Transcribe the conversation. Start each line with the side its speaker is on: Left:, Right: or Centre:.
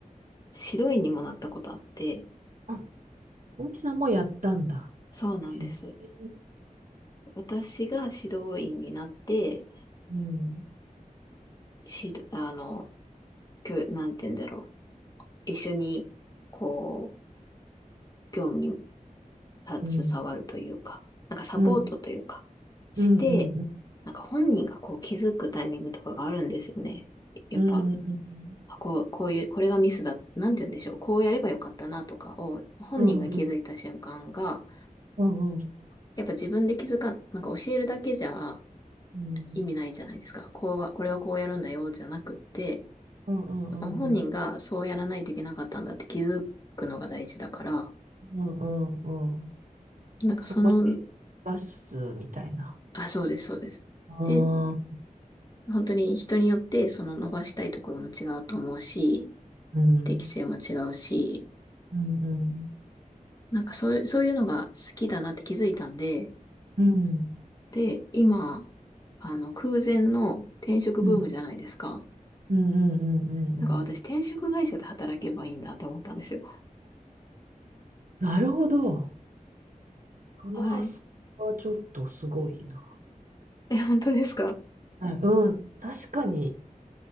Left: 指導員にもなったことあって、
Right: あ、大木さんもやったんだ。
Left: そうなんです。
Right: へえ。
Left: 私が指導員になって、
Right: うん、
Left: し、あの、教、なんて言うんだろう。一緒に、こう、業務に
Right: うん、
Left: 携わるというか、なんかサポートというか、
Right: うん、
Left: して、
Right: うん、うん、うん、うん、
Left: なんか本人がこう気づくタイミングとかがあるんですよね。やっぱ、
Right: うん、うん、
Left: あこう、こういう、これがミスだ、なんて言うんでしょう。こうやればよかったなとかを、本人が気づいた瞬間が、
Right: うん、うん、うん、うん、うん、
Left: やっぱ自分で気づかん、なんか教えるだけじゃ
Right: うん、
Left: 意味ないじゃないですか。こうは、これはこうやるんだよ、じゃなくって、
Right: うん、
Left: 本人がそうやらないといけなかったんだって気づくのが大事だから、
Right: うん、うん。
Left: なんかその
Right: そこに出すみたいな。
Left: あ、そうです、そうです。
Right: ああ、
Left: で、本当に人によって、その伸ばしたいところも違うと思うし、
Right: うん、
Left: 適性も違うし、
Right: うん、うん、うん、
Left: なんかそういう、そういうのが好きだなって気づいたんで、
Right: うん、
Left: で、今、あの、空前の転職ブームじゃないですか。
Right: うん、うん、うん、うん。
Left: だから私、転職会社で働けばいいんだと思ったんですよ。
Right: なるほど。その発想はちょっとすごいな。
Left: はい。え、本当ですか
Right: はい、うん、確かに、